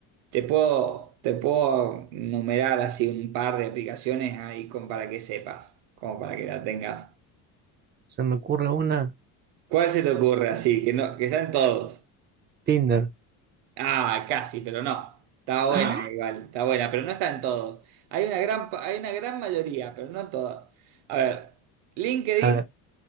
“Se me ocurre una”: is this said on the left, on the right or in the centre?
Right